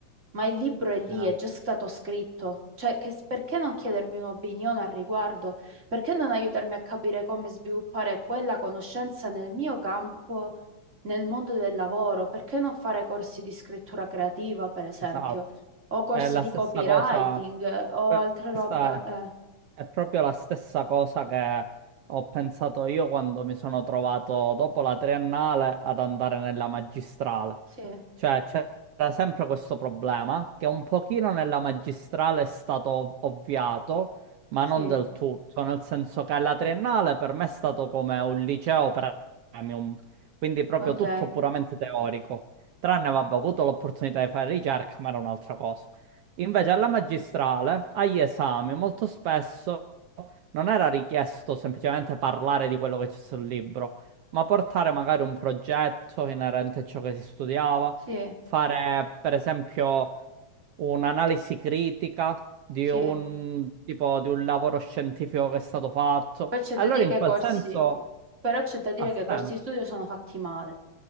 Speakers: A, on the right (about 25°); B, on the right (about 75°).
A: Ma il libro è lì,
B: Eh,
A: è già stato scritto. Cioè, che- perché non chiedermi un'opinione al riguardo? Perché non aiutarmi a capire come sviluppare quella conoscenza nel mio campo, nel mondo del lavoro? Perché non fare corsi di scrittura creativa, per esempio?
B: esatto,
A: O corsi
B: è la
A: di
B: stessa
A: copywriting
B: cosa,
A: eh, o altre
B: questa
A: roba?
B: è
A: Eh,
B: È proprio la stessa cosa che ho pensato io quando mi sono trovato dopo la triennale ad andare nella magistrale.
A: sì,
B: Cioè, c'era sempre questo problema che un pochino nella magistrale è stato ov- ovviato, ma
A: sì,
B: non del tutto, nel senso che la triennale per me è stato come un liceo premium, quindi proprio
A: ok.
B: tutto puramente teorico. Tranne, vabbè, ho avuto l'opportunità di fare ricerca, ma era un'altra cosa. Invece
A: Mm,
B: alla magistrale, agli esami, molto spesso non era richiesto semplicemente parlare di quello che c'è sul libro, ma portare magari un progetto inerente a ciò che si studiava,
A: Sì,
B: fare per esempio un'analisi critica di
A: sì.
B: un tipo di un lavoro scientifico che è stato fatto.
A: Poi c'è
B: Allora
A: da dire
B: in
A: che
B: quel
A: i corsi,
B: senso
A: però c'è da dire
B: ha
A: che
B: senso.
A: i corsi di studio sono fatti male,